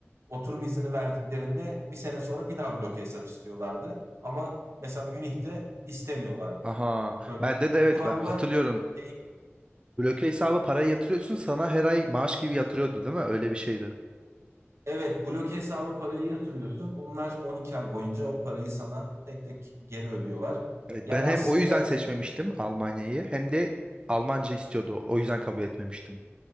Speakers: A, on the right; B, on the right.
A: oturum izni verdiklerinde bir sene sonra bir daha bloke hesap istiyorlardı. Ama mesela Münih'te istemiyorlardı.
B: Aha
A: Böyle
B: bende de evet
A: kurallar
B: ben hatırlıyorum.
A: değil.
B: Bloke hesabı parayı yatırıyorsun sana her ay maaş gibi yatırıyordu değil mi? Öyle bir şeydi.
A: Evet, bloke hesaba parayı yatırıyorsun. Onlar 12 ay boyunca o parayı sana tek tek geri ödüyorlar.
B: Evet,
A: Yani
B: ben hem
A: aslında
B: o yüzden seçmemiştim Almanya'yı hem de Almanca istiyordu. O yüzden kabul etmemiştim.